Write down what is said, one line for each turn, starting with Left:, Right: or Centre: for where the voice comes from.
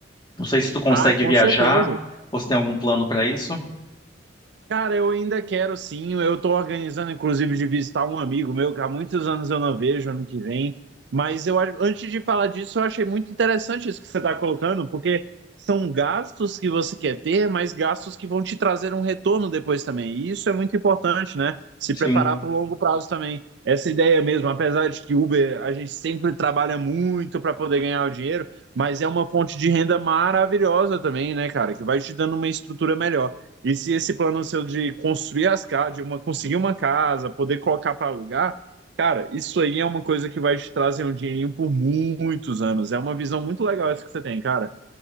Left: Não sei se tu consegue
Right: Ah, com
Left: viajar
Right: certeza.
Left: ou se tem algum plano para isso.
Right: Cara, eu ainda quero sim. Eu estou organizando, inclusive, de visitar um amigo meu que há muitos anos eu não vejo, ano que vem. Mas eu, a- antes de falar disso, eu achei muito interessante isso que você está colocando, porque são gastos que você quer ter, mas gastos que vão te trazer um retorno depois também. E isso é muito importante, né? Se
Left: Sim.
Right: preparar para o longo prazo também. Essa ideia mesmo, apesar de que Uber a gente sempre trabalha muito para poder ganhar o dinheiro, mas é uma fonte de renda maravilhosa também, né, cara? Que vai te dando uma estrutura melhor. E se esse plano seu de construir as casas, de uma, conseguir uma casa, poder colocar para alugar, cara, isso aí é uma coisa que vai te trazer um dinheirinho por muitos anos. É uma visão muito legal essa que você tem, cara.